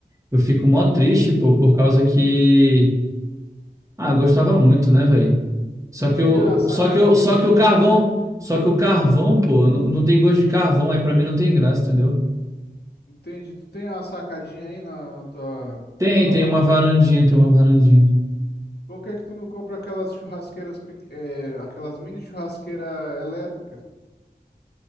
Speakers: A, on the right (about 20°); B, on the left (about 80°).
A: eu fico
B: Uhum.
A: mó triste, pô, por causa que. Ah, eu gostava muito, né, velho? Só
B: Tu
A: que
B: tem
A: o,
B: a sacadinha
A: só que o, só
B: aí no
A: que
B: teu
A: o carvão,
B: apartamento?
A: só que o carvão, pô, não, não tem gosto de carvão, aí pra mim não tem graça, entendeu?
B: Entendi. Tu tem a sacadinha aí na, na tua,
A: Tem,
B: no teu
A: tem
B: apartamento?
A: uma varandinha, tem uma varandinha.
B: Por que que tu não compra aquelas churrasqueiras, pequ- eh, aquelas mini churrasqueira elétrica?